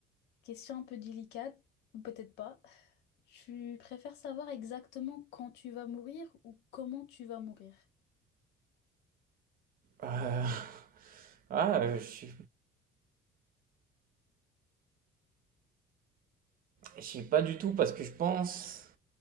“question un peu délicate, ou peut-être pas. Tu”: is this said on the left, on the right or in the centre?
Left